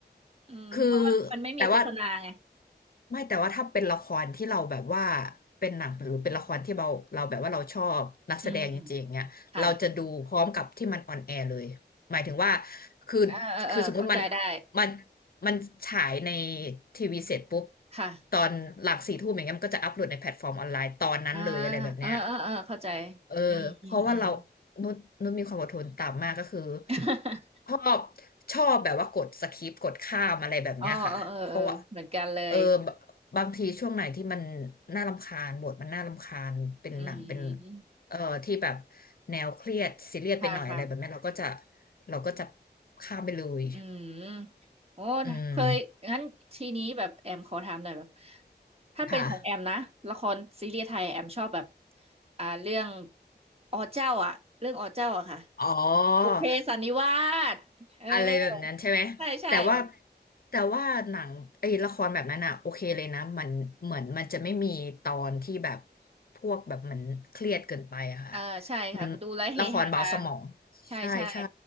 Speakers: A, on the right; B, on the left.
A: อืมเพราะว่ามันไม่มีโฆษณาไง
B: คือแต่ว่า ไม่แต่ว่าถ้าเป็นละครที่เราแบบว่าเป็นหนังหรือเป็นละครที่เราเราแบบว่าเราชอบนักแสดงจริงๆเนี่ยเราจะดูพร้อมกับที่มันออนแอร์เลยหมายถึงว่า
A: อืมค่ะ
B: คือ
A: เออเออเออเข้าใจได้
B: คือสมมติมันมันมันฉายในทีวีเสร็จปุ๊บ
A: ค่ะ
B: ตอนหลังสี่ทุ่มอย่างเงี้ยมันก็จะอัปโหลดในแพลตฟอร์มออนไลน์ตอนนั้นเลยอะไรแบบเนี้ย
A: อ่าเออเออเออเข้าใจ
B: เออเพราะว่าเรา
A: อืมอืมอืม
B: นุชนุชมีความอดทนต่ำมากก็คือ
A: <laughs>
B: ชอบชอบแบบว่ากดสคิปกดข้ามอะไรแบบเนี้ยค่ะเพราะว่า
A: อ๋อเออเออเออเหมือนกันเลย
B: เออบบบางทีช่วงไหนที่มันน่ารำคาญบทมันน่ารำคาญเป็นหนังเป็น
A: อืม
B: เอ่อที่แบบแนวเครียดซีเรียสไปหน่อยอะไรแบบนี้เราก็จะ
A: ค่ะค่ะ
B: เราก็จะข้ามไปเลย
A: อืมโอ้เคยงั้นทีนี้แบบแอมขอถามหน่อยแบบ
B: อืม
A: ถ้าเป็นของแอมนะละครซีรีส์ไทยแอมชอบแบบ
B: ค่ะ
A: อ่าเรื่องอเจ้าอ่ะเรื่องอเจ้าอะค่ะ
B: อ๋อ
A: บุพเพสันนิวาสเออ
B: อะไรแบบนั้นใช่ไหมแต่ว่า
A: ใช่ใช่แบบ
B: แต่ว่าหนังไอ้ละครแบบนั้นอะโอเคเลยนะมันเหมือนมันจะไม่มีตอนที่แบบพวกแบบมันเครียดเกินไปอะค่ะ
A: เออใช่ครับดูแล้วเฮฮา
B: มันละครเบาสมอง
A: ใช่ใช่
B: ใช่ใช่